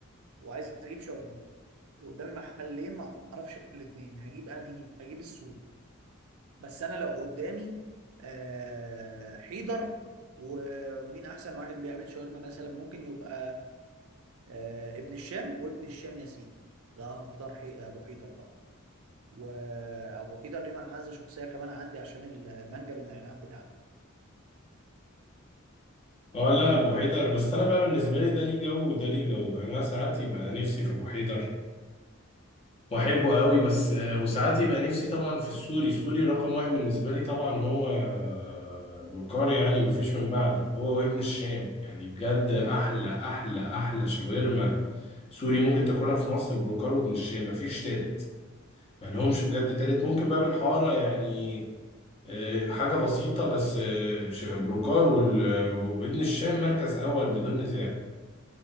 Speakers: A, on the right; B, on the left.
A: وعايز اجيب شاورما وقدامي محلين ما اعرفش الاثنين هجيب انهي هجيب السوري بس انا لو قدامي آه، حيدر ومين احسن واحد بيعمل شاورما مثلا ممكن يبقى آه، ابن الشام وابن الشام يا سيدي لا هختار حي... ابو حيدر طبعا وابو حيدر ليه معزه شخصيه كمان عندي عشان المانجا بالنعناع بتاعته
B: اه لا ابو حيدر بس انا بقى بالنسبه لي ده ليه جو وده ليه جو يعني انا ساعات يبقى نفسي في ابو حيدر واحبه قوي بس آه، وساعات يبقى نفسي طبعا في السوري السوري رقم واحد بالنسبه لي طبعا هو آه، بروكار يعني مفيش من بعده هو وابن الشام يعني بجد احلى احلى احلى شاورما سوري ممكن تاكلها في مصر بروكار وابن الشام مفيش تالت ما لهمش بجد تالت ممكن باب الحارة يعني آه، حاجة بسيطة بس آه، ش- بروكار وال- وابن الشام مركز أول بدون نزاع